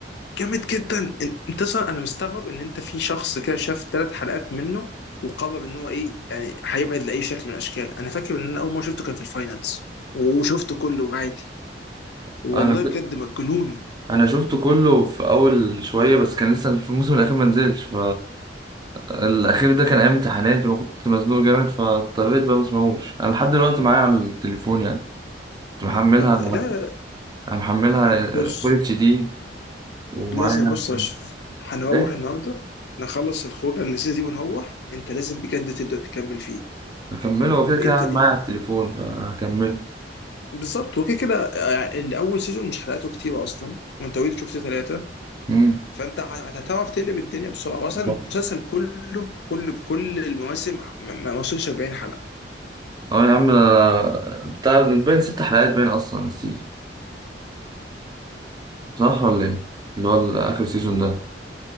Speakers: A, on the left; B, on the right.
A: جامد جدا إن- انت اصلا انا مستغرب ان انت في شخص كده شاف ثلاث حلقات منه وقرر ان هو ايه يعني هيبعد لاي شكل من الاشكال انا فاكر ان انا اول ما شفته كان في الفاينلز وشفته كله عادي
B: <laughs>
A: والله
B: انا
A: بجد مجنون
B: انا شفته كله في اول شويه بس كان لسه في الموسم الاخير ما نزلش الأخير ده كان أيام امتحاناتي وكنت مزنوق جامد فاضطريت بقى مسمعوش أنا لحد دلوقتي معايا على التليفون يعني كنت محملها
A: طب
B: أنا
A: لا
B: محملها
A: بص
B: فول اتش دي ومعايا
A: لازم بص يا اشرف هنروح
B: إيه
A: النهارده نخلص الخروجه اللذيذه دي ونروح انت لازم بجد تبدا تكمل فيه
B: هكمله
A: م-
B: هو كده كده
A: انت
B: قاعد
A: إن-
B: معايا على التليفون فهكمله
A: بالظبط وكده كده يعني اول سيزون مش حلقاته كتيره اصلا وانت اوريدي شفت ثلاثه
B: أمم
A: فانت ه- هتعرف تقلب الدنيا بسرعه اصلا
B: الله.
A: المسلسل كله كله بكل المواسم ما ما وصلش 40 حلقه
B: أه يا عم أنا بتاع باين ست حلقات باين أصلا السيزون صح ولا إيه؟ اللي هو آخر سيزون ده